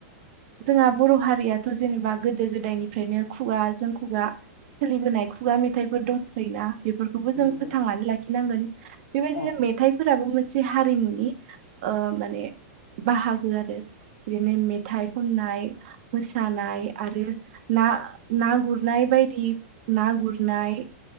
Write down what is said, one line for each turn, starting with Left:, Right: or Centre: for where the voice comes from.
Right: जोंहा बर' हारियाथ' जेनेबा गोदो गोदायनिफ्रायनो खुगा जों खुगा सोलिबोनाय खुगा मेथाइफोर दंसै ना बे खौबो जों
Left: नंगौ
Right: फोथांनानै लाखिनांगोन बेबायदिनो
Left: औ नंगौ
Right: मेथाइ फोराबो मोनसे हारिमुनि माने बाहागो आरो बिदिनो मेथाइ खननाय मोसानाय आरो ना ना गुरनाय बायदि ना गुरनाय